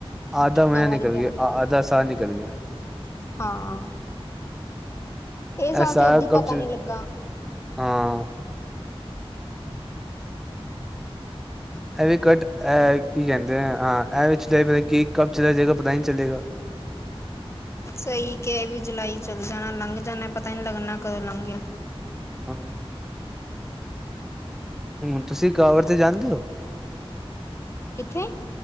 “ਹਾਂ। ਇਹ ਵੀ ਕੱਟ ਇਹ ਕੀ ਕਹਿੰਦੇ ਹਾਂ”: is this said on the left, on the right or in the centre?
Centre